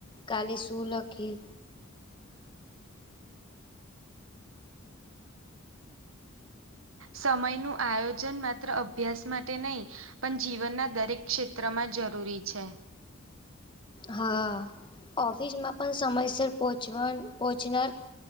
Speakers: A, on the left; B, on the right.
A: કાલે શું લખી
B: સમય નું આયોજન માત્ર અભ્યાસ માટે નહી પણ જીવનના દરેક ક્ષેત્રમાં જરૂરી છે.
A: હા ઓફિસમાં પણ સમયસર પહોચવા પહોંચનાર